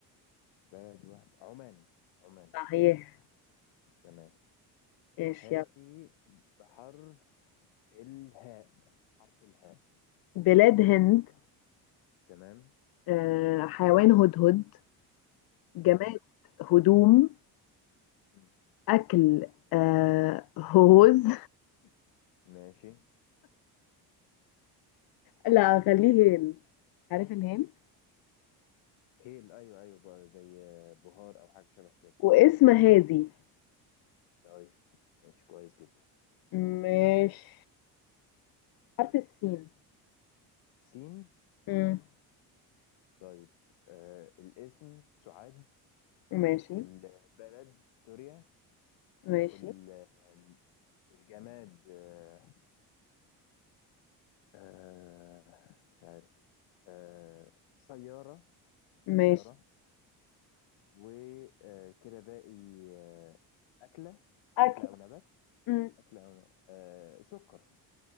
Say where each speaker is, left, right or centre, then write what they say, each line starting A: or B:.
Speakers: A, on the left; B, on the left.
A: بلد واحد عمان عمان
B: صحيح
A: تمام
B: ماشي
A: هاتي
B: يلا
A: بحرف الهاء حرف الهاء
B: بلاد هند
A: تمام
B: آه، حيوان هدهد
A: تمام
B: جماد هدوم
A: مم.
B: أكل آه هوز
A: ماشي
B: لا خليه هيل عارف الهيل
A: هيل ايوه ايوه بقى زي بهار او حاجه شبه كده
B: واسم هادي
A: طيب ماشي كويس جدا
B: مش حرف السين
A: سين
B: مم.
A: طيب آه الاسم سعاد
B: ماشي
A: البلد سوريا
B: ماشي
A: ال- آم، الجماد آه آه مش عارف آه سياره سياره
B: ماشي
A: وكده باقي آه، أكلة
B: أكل
A: أكلة أو نبات
B: مم.
A: أكلة أو نبات. آه، سكر